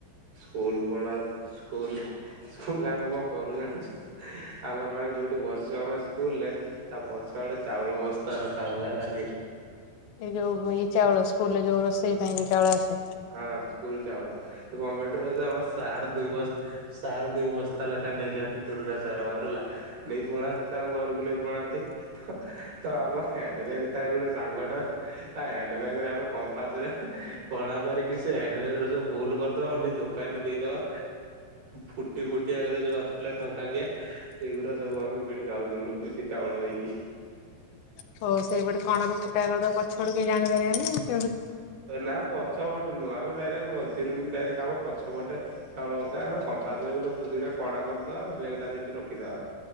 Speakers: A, on the right (about 55°); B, on the left (about 80°).
A: ସ୍କୁଲ ପଳାଉ ସ୍କୁଲରେ ହେଁ ସ୍କୁଲରେ ଆମେ କଣ କରୁ ଜାଣିଛୁ ଆମର ମାନେ ଯୋଉଠି ବସୁ ଆମେ ସ୍କୁଲରେ ତା ପଛଆଡେ ଚାଉଳ ବସ୍ତା ରଖା ହବ ହେଲାକି?
B: ଏ ଯୋଉ ଇଏ ଚାଉଳ ସ୍କୁଲରେ ଯୋଉ ରୋଷେଇ ପାଇଁ ଯୋଉ ଚାଉଳ ଆସେ?
A: ହଁ ସ୍କୁଲ ଚାଉଳ ଗମେଣ୍ଟ ର ଆମ ସାର୍ ଦୁଇ ବସ୍ ସାର୍ ଦୁଇ ବସ୍ତା ଲେଖା ନେଇଯାଆନ୍ତି ଦୁର୍ଗା ସାର ଆମର ହେଲା ନେଇ ପଳାନ୍ତି ତାଙ୍କ ଘରକୁ ନେଇ ପଳାନ୍ତି ତ ତ ଆମ ହ୍ୟାଣ୍ଡ ବ୍ୟାଗ ଥାଏ ଗୋଟେ ସାଙ୍ଗଟା ତା ହ୍ୟାଣ୍ଡ ବ୍ୟାଗ ରେ ଆମେ କମ୍ପାସ ରେ କଣା କରିକି ସେ ହ୍ୟାଣ୍ଡ ବ୍ୟାଗ୍ ରେ ସବୁ ଫୁଲ କରିଦବା ଆଉ ଦୋକାନ ରେ ଦେଇଦବା ଫୁଟି ଫୁଟି ଆଗରେ ଯୋଉ ଆସୁଥିଲା ଟଙ୍କା କିଆ ସେଇଗୁଡା ସବୁ ଆମେ କିଣିକି ଆଉଥିଲୁ ବେଶି ଚାଉଳ ଦେଇକି
B: ହଉ ସେଇପଟେ କଣ ରୁ ଫୁଟା କରିଦେବ ପଛ ପଟୁ କେହି ଜାଣିପାରିବେନି ଆଉ
A: ନା ପଛ ପଟୁ ନୁହ ଆମେ ନାଇ ନାଇ ମଝିରୁ ଡାଇରେକ୍ଟ ଆମ ପଛପଟେ ଚାଉଳ ବସ୍ତା ଆମ କମ୍ପାସ ରେ ଗୋଟେ ଖୁ କଣା କରିଦବା ବ୍ୟାଗଟା ସେଠି ରଖିଦେବା।